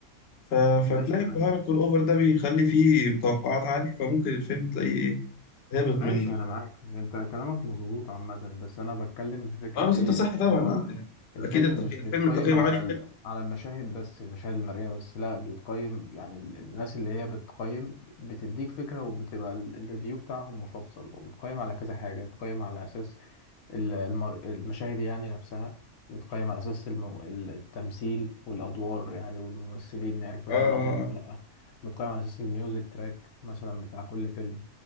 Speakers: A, on the left (about 50°); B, on the left (about 75°).
A: ف... فتلاقي
B: ماشي
A: البهرج
B: انا
A: الأوفر ده بيخلي فيه توقعات عالية فممكن الفيلم تلاقيه إيه هابط
B: ماشي
A: من
B: انا معاك انت كلامك مظبوط عامه بس انا بتكلم في فكره
A: آه بس
B: ايه
A: أنت صح طبعا
B: ان هو
A: آه يعني
B: الفيلم
A: أكيد التقييم
B: مش بيتقيم
A: الفيلم تقييمه
B: على
A: عالي
B: ال...
A: حلو
B: على المشاهد بس المشاهد المرئيه بس لا بيتقيم يعني ال- الناس اللي هي بتقيم بتديك فكره وبتبقى ال- الريفيو بتاعهم مفصل وبتقيم على كذا حاجه بتقيم على اساس ال- المر... المشاهد يعني نفسها بتقيم على اساس المو... التمثيل والادوار يعني والممثلين عرفوا
A: آه
B: يعملوا
A: آه
B: ادوارهم ولا لا بتقيم على اساس الميوزك تراك مثلا بتاع كل فيلم